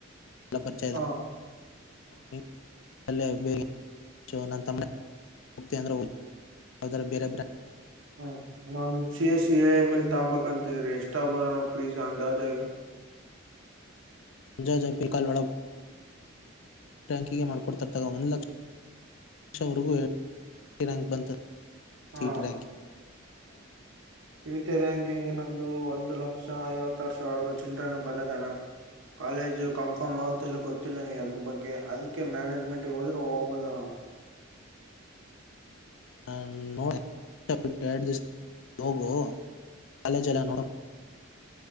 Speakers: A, on the left (about 65°); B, on the right (about 70°).
A: ಎಲ್ಲ ಪರಿಚಯ ಇದೆ
B: ಹಾ
A: ನಿಂಗೆ ಅಲ್ಲೇ <inaudible> ನ ತಮ್ಮ ಹೋಗಂದ್ರ ಬರೆ <unintelligible>
B: ಹ್ಮ ನಾನ್ ಸಿ ಎ ಸಿ ಎ ಏ ಎಮ್ ಎಲ್ ತಗಂಬೇಕ್ ಅಂತಿದ್ರಿ ಎಷ್ಟ ಆಬೋದ ಪೀಸು ಅಂದಜಾಗೆ
A: ಮುಂಜಾಜ ಪಿ ಕಾಲ್ ಹ ಮಾಡ್ಕೊಡ್ತರ್ತ <inaudible> ಒಂದು ಲಕ್ಷ <inaudible> ಲವರೆಗೂ ರಂಕ್ ಬಂತ
B: ಹಾ
A: ಸಿ ಇ ಟಿ <inaudible>
B: ಸಿಇಟಿ ರಾಕಿಂಗ್ ನಂದು ಒಂದು ಲಕ್ಷ ಐವತ್ತಾರು ಸಾವಿರದ ಚಿಲ್ಡ್ರನ್ ಬಂದೈತೆ ಅಣ್ಣಾ ಕಾಲೇಜ್ ಕನ್ಫರ್ಮ್ ಆಗತಿಲ್ಲ ಗೊತ್ತಿಲ್ಲ ನನಗ ಅದ್ರ ಬಗ್ಗೆ ಅದಕ್ಕೆ ಮ್ಯಾನೇಜ್ಮೆಂಟ್ಗೆ ಹೋದ್ರರು ಹೋಗ್ದ <inaudible>
A: ನ ನೋ ಬಿಟ್ಟ ಎಡು ದ ಹೋಗು <inaudible> ಕಾಲೇಜ ಎಲ್ಲಾ ನೋಡಿಕೊಂಡು